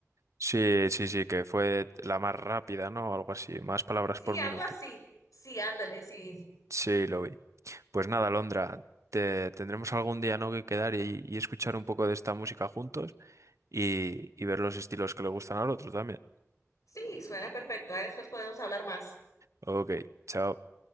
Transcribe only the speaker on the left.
Sí,
algo así. Sí, ándale, sí.
Sí, suena perfecto. Ahí después podemos hablar más.